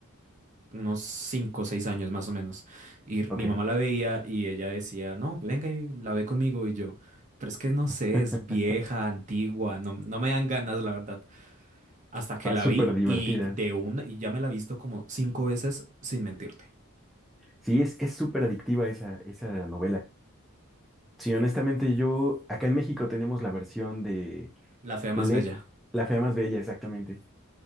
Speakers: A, on the right; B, in the centre.
A: unos 5 o 6 años más o menos. Y mi
B: ok.
A: mamá la veía y ella decía, no, venga y la ve conmigo y yo. Pero es que no sé,
B: <laughs>
A: es vieja, antigua, no, no me dan ganas, la verdad. Hasta
B: Está
A: que la
B: súper
A: vi
B: divertida.
A: y de una, y ya me la he visto como cinco veces, sin mentirte.
B: Sí, es, es súper adictiva esa, esa novela. Sí, honestamente, yo, acá en México tenemos la versión de
A: La fea
B: Led,
A: más bella.
B: la fea más bella, exactamente.